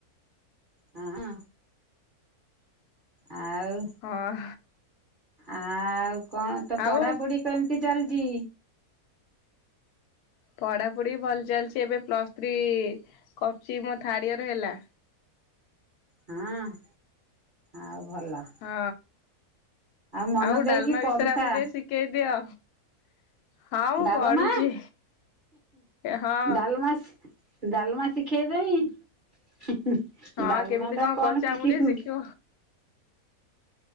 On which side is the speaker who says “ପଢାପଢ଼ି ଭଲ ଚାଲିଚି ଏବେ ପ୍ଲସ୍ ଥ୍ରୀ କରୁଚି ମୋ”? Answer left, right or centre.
Left